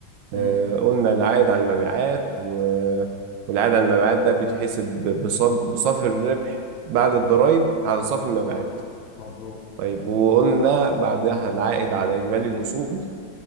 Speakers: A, on the left; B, on the right.
A: امم
B: آه، قلنا العائد على المبيعات و- والعائد على المبيعات ده بيتحسب بصب- بصافي الربح بعد الضرائب على صافي
A: مظبوط
B: المبيعات
A: مظبوط
B: طيب وقلنا بعدها العائد على إجمالي الأصول